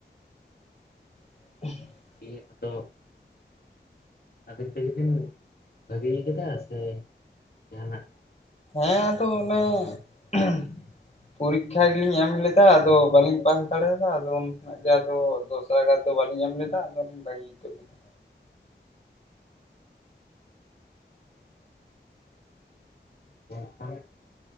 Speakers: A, on the left (about 35°); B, on the left (about 55°).
A: <inaudible>
B: ᱤᱭᱟᱹ ᱟᱫᱚ ᱟᱵᱤᱱ ᱛᱮᱜᱮ ᱵᱤᱱ ᱵᱷᱟᱹᱜᱤᱭ ᱠᱟᱫᱟ ᱥᱮ ᱡᱟᱦᱟᱱᱟᱜ
A: ᱦᱮᱸ ᱟᱫᱚ ᱚᱱᱮ <inaudible> ᱯᱚᱨᱤᱠᱠᱷᱟ ᱜᱮᱞᱤᱧ ᱮᱢ ᱞᱮᱫᱟ ᱟᱫᱚ ᱵᱟᱹᱞᱤᱧ ᱯᱟᱥ ᱫᱟᱲᱮᱭᱟᱫᱟ ᱟᱫᱚ ᱦᱟᱸᱜ ᱜᱮ ᱟᱫᱚ ᱫᱚᱥᱟᱨ ᱜᱟᱨ ᱫᱚ ᱵᱟᱞᱤᱧ ᱮᱢ ᱞᱮᱫᱟ ᱟᱫᱚ ᱞᱤᱧ ᱵᱟᱜᱤ ᱩᱛᱟᱹᱨ ᱠᱤᱫᱟ ᱾
B: <inaudible>